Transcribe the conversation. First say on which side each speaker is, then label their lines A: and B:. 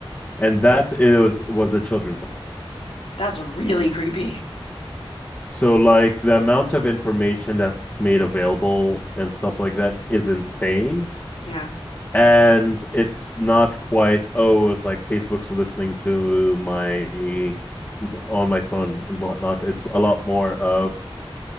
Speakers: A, on the left; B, on the left.
A: and that is was a children's
B: That's really creepy.
A: so like the amount of information that's made available and stuff like that is insane
B: Yeah.
A: and it's not quite oh it's like facebook's listening to my on my phone and whatnot it's a lot more of